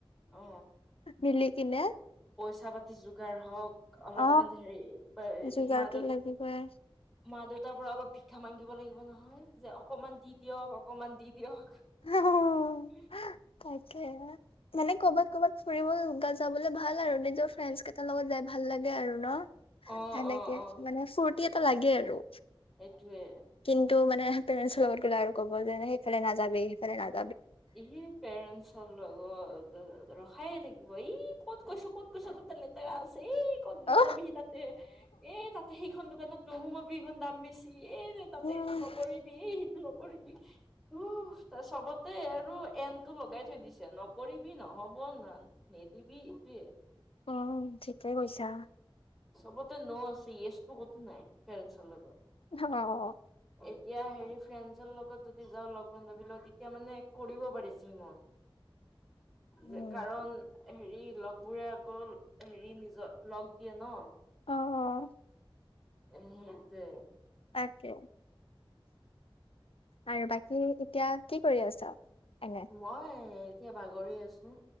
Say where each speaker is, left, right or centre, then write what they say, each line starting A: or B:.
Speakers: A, in the centre; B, on the left.
A: অ
B: মিলি কিনে।
A: পইচা পাতি যোগাৰ হওঁক অলপমান
B: অ
A: হেৰি
B: যোগাৰটো
A: মাজত
B: লাগিবই
A: মা দেউতাৰ পৰা অলপ ভিক্ষা মাগিব লাগিব নহয়। যে অকণমান দি দিয়ক অকণমান দি দিয়ক।
B: অ।
A: উম।
B: তাকে মানে কৰ'বাত ক'বাত ফুৰিবা যাবলে ভাল। আৰু নিজৰ ফ্ৰেণ্ডছ কেইটাৰ লগত যাই ভাল লাগে আৰু ন? সেনেকে
A: অ অ অ
B: মানে ফুৰ্তি এটা লাগে আৰু।
A: টোৱে
B: কিন্তু গলে আৰু ক' যেনে সেইফালে নযাবি সেইফালে নাযায়। <unintelligible>
A: ই পেৰেন্টছৰ লগত- ৰখাইে থাকিব, এই ক'ত কৈছো ক'ত কৈছ তোৰ ততে লেটেৰা আছে <unintelligible> এই ক'ত নাযাবি,
B: অ'
A: তাতে এ তাতে সেইখন দোকানত নোসুমাবি সেইখন দাম বেছি। এ তাতে
B: উম
A: এইটো নকৰিবি এই সেইটো নকৰিবি ত ত চবত- তে আৰু এনটো লগাই থৈ দিছে নকৰিবি নহ'ব ন নিদিবি একোৱেইে।
B: উম ঠিকে কৈছা।
A: চবতে ন আছে ইয়েচটো কতো নাই ফ্ৰেন্সৰ লগত
B: অ
A: এতিয়া হেৰি ফ্ৰেন্স। ৰ লগত যদি যাওঁ লগ বান্ধৱী তেতিয়া মানে কৰিব পাৰি যি মন।
B: উম
A: যে কাৰণ হেৰি লগ বোৰে আকৌ হেৰি নিজৰ লগ দিয়ে ন।
B: অহ অ।
A: অ সেইটোৱে।
B: তাকে আৰু বাকী এতিয়া কি কৰি আছা। এনে
A: মই এতিয়া বাগৰি আছো।